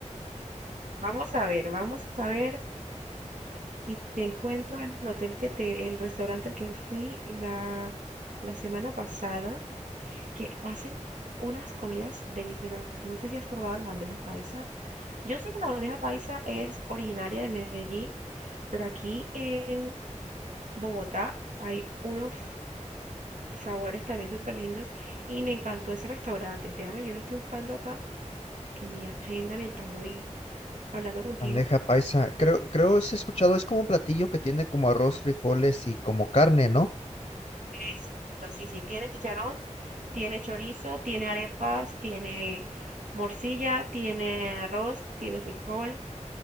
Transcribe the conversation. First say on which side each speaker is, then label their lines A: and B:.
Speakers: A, on the right; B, on the left.
A: Vamos a ver, vamos a ver. Y te encuentro en el hotel que te, el restaurante al que fui la, la semana pasada, que hacen unas comidas deliciosas. No sé si has probado la bandeja paisa. Yo sé que la bandeja paisa es originaria de Medellín, pero aquí en Bogotá hay unos sabores también súper lindos y me encantó ese restaurante. Déjame, yo lo estoy buscando acá en mi agenda mientras voy hablando contigo.
B: Bandeja paisa. Creo, creo es escuchado, es como un platillo que tiene como arroz, frijoles y como carne, ¿no?
A: Es cierto, sí, sí, tiene chicharrón, tiene chorizo, tiene arepas, tiene morcilla, tiene arroz, tiene frijol